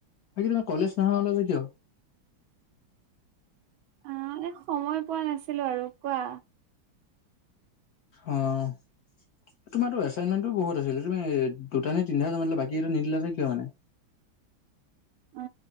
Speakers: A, on the left; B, on the right.
A: বাকী তোমাৰ কলেজ নহা হলা যে কিয়?
B: অঁ এ সময় পোৱা নাছিলো আৰু, কোৱা।
A: অঁ। তোমাৰো এচাইনমেণ্টটো বহুত আছিলে, তুমি দুটা নে তিনি হাজাৰ মানে বাকী এটা নিদিলে যে কিয় মানে?
B: এ